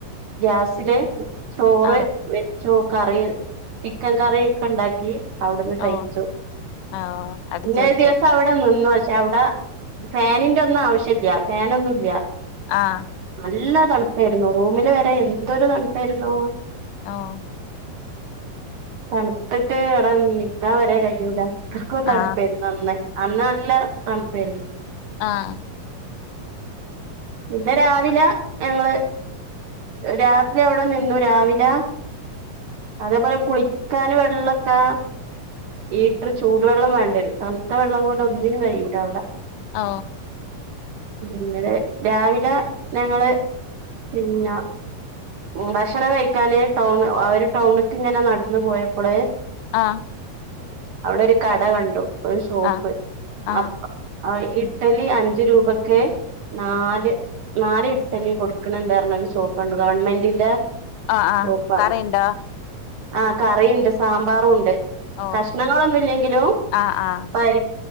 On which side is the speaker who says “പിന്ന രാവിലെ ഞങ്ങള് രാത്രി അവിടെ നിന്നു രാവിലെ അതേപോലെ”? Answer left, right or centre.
Right